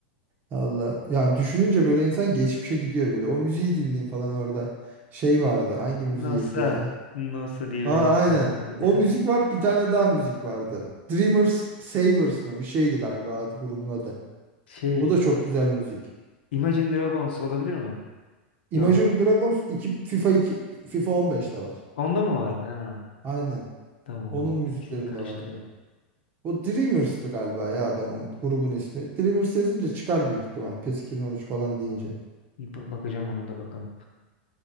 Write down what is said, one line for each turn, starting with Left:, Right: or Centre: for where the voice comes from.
Right: Allah. Ya düşününce böyle insan geçmişe gidiyor böyle. O müziği dinleyeyim falan orada. Şey vardı. Hangi müziğiydi
Left: Nasıl?
Right: ya?
Left: Nasıl diye
Right: Aa,
Left: bir müzik
Right: aynen.
Left: başladı.
Right: O müzik var. Bir tane daha müzik vardı. Dreamers Savers mı? Bir şeydi galiba adı, grubun adı.
Left: <laughs> Şey
Right: O da çok güzel müzik.
Left: Imagine Dragons olabilir mi?
Right: Imagine
Left: Yok.
Right: Dragons 2 FIFA 2 FIFA 15'te var.
Left: Onda mı vardı? Ha,
Right: Aynen.
Left: tamam o
Right: Onun
Left: zaman.
Right: müziklerinde
Left: Şimdi karıştırdım.
Right: vardı. O Dreamers'tı galiba ya adamın grubun ismi. Dreamers yazınca çıkar büyük ihtimal. PES iki bin on üç falan deyince.
Left: Bir bak- bakacağım ona da bakalım.